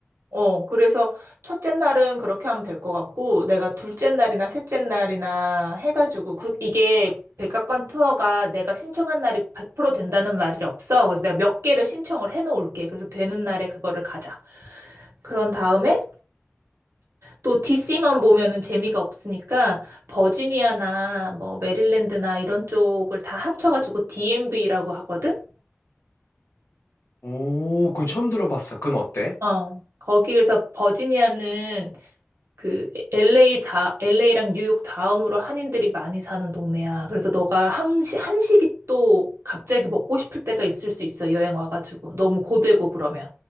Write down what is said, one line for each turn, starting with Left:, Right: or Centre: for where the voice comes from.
Right: 어, 그래서 첫째 날은 그렇게 하면 될 것 같고, 내가 둘째 날이나 셋째 날이나 해가지고, 그- 이게 백악관 투어가 내가 신청한 날이 100% 된다는 말이 없어. 그래서 내가 몇 개를 신청을 해놓을게. 그래서 되는 날에 그거를 가자. 그런 다음에 또 DC만 보면은 재미가 없으니까 버지니아나 뭐 메릴랜드나 이런 쪽을 다 합쳐가지고 DMV라고 하거든?
Left: 오, 그건 처음 들어봤어. 그건 어때?
Right: 어. 거기에서 버지니아는 그 LA 다 LA랑 뉴욕 다음으로 한인들이 많이 사는 동네야. 그래서 너가 한시 한식이 또 갑자기 먹고 싶을 때가 있을 수 있어. 여행 와가지고 너무 고되고 그러면.